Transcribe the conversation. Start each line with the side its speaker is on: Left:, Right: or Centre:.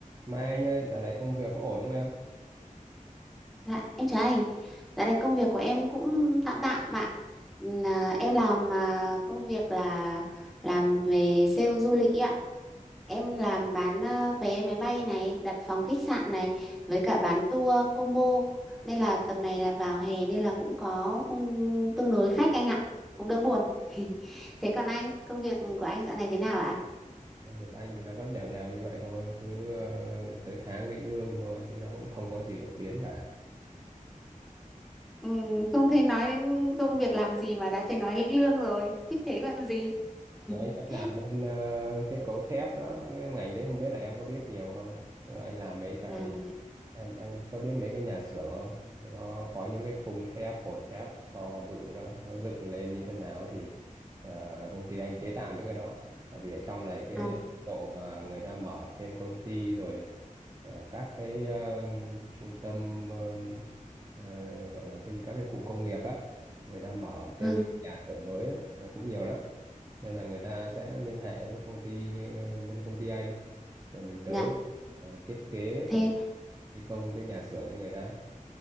Right: Mà anh ơi, dạo này công việc có ổn không em?
Centre: Dạ, em chào anh. Dạo này công việc của em cũng tạm tạm ạ. Là em làm à, công việc là làm về sale du lịch ý ạ. Em làm bán à, vé máy bay này, đặt phòng khách sạn này với cả bán tour combo. Nên là tầm này là vào hè nên là cũng có ừm, tương đối khách anh ạ. Cũng đỡ buồn. <laughs> Thế còn anh, công việc của anh dạo này thế nào ạ?
Right: Công việc anh thì nó vẫn đều đều như vậy thôi, cứ ờ, tới tháng lĩnh lương thôi, chứ nó cũng không có gì đột biến cả.
Centre: Ừm, không thấy nói đến công việc làm gì mà đã thấy nói lĩnh lương rồi. Thích thế còn gì. <laughs>
Right: Dạ, anh vẫn làm bên ờ, kết cấu thép đó cái ngành đấy không biết là em có biết nhiều không Ờ, anh làm mấy cái
Centre: Làm
Right: em em có biết mấy cái nhà xưởng không nó có những cái khung thép cột thép to bự đó nó dựng lên như thế nào thì ờ, công ty anh chế tạo những cái đó tại vì ở trong này cái
Centre: à,
Right: độ mà người ta mở thêm công ty rồi ở các cái ờ, trung tâm ờ, ờ, gọi là cái gì các cái cụm công nghiệp á người ta mở thêm
Centre: Vâng,
Right: những nhà xưởng mới á, là cũng nhiều lắm nên là người ta sẽ liên hệ với công ty như bên công ty anh rồi mình tới
Centre: dạ.
Right: ờ, thiết kế
Centre: Thế
Right: và thi công cái nhà xưởng cho người ta